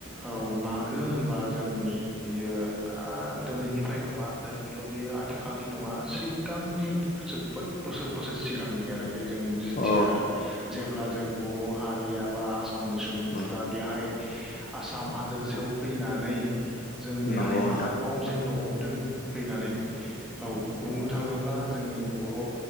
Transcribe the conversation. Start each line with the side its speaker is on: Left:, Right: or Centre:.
Centre: औ मागो होनबा जोंनि बियो ओ दिनैनिफ्राय नंङा दिनैल' बियो आथिखालनि नङा सिग <unintelligible> गांनि जोब - बोसोर बोसोर सिगांनि आरो बे जों जिथिया
Left: औ
Centre: जेब्ला जों बर' हारिया बा आसा -आमनि सुबुंफोरा
Left: नंगौ
Centre: बेहाय आसाम हादोरसायाव फैनानै जों बेहाय
Left: नंगौ नोंथां
Centre: आबाद मावजेननो हम दोङो फैनानै औ बुंनो थाङोब्ला जोंनि बर'